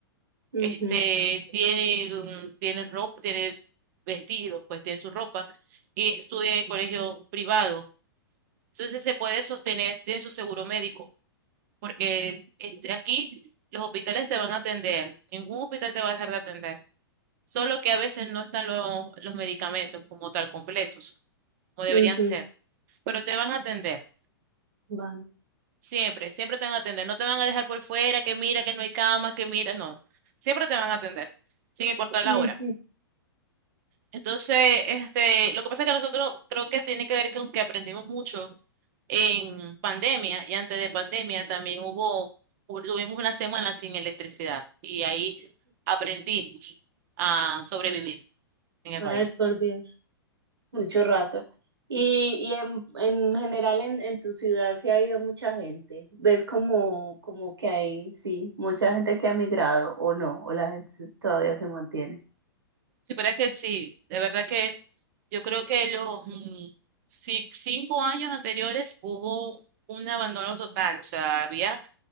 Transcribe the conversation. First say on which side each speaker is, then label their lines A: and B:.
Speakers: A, on the right (about 80°); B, on the right (about 45°).
A: Ujú,
B: este, tienen, tienen ropa, tienen vestidos, pues tienen su ropa y estudian en colegio privado Entonces se puede sostener, tiene su seguro médico, porque este, aquí los hospitales te van a atender, ningún hospital te va a dejar de atender, solo que a veces no están los, los medicamentos como tal completos, como deberían
A: ujú,
B: ser, pero te van a atender,
A: Vale.
B: siempre, siempre te van a atender, no te van a dejar por fuera, que mira que no hay camas, que mira, no, siempre te van a atender, sin importar
A: Ujú,
B: la hora. Entonces, este, lo que pasa es que nosotros creo que tiene que ver con que aprendimos mucho en pandemia y antes de pandemia también hubo, hu- tuvimos una semana sin electricidad y ahí aprendimos a sobrevivir
A: <laughs>
B: en el
A: Ay,
B: país.
A: por Dios. Mucho rato. Y, y en, en general en, en tu ciudad se ha ido mucha gente. ¿Ves como, como que hay, sí, mucha gente que ha migrado o no? ¿O la gente se- todavía se mantiene?
B: Sí, pero es que sí, de verdad que yo creo que los mm, ci- cinco años anteriores hubo un abandono total, o sea, había